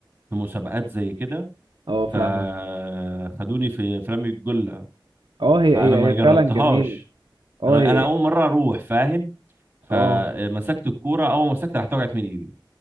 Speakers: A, on the right (about 20°); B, on the right (about 65°).
A: في مسابقات زي كده
B: اه فاهمك
A: فخدوني في في رمي الجله
B: اه هي
A: فانا
B: هي
A: ما
B: هي
A: جربتهاش
B: فعلا جميلة اه
A: انا
B: هي
A: انا اول مره اروح فاهم فمسكت
B: اه
A: الكوره اول ما مسكت راحت وقعت من ايدي